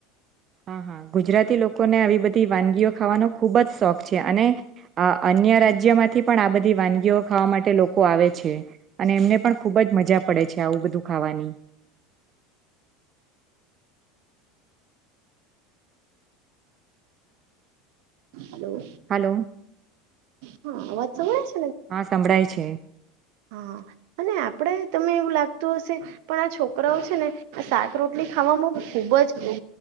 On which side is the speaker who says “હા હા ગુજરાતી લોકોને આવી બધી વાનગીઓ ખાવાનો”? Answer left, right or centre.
Right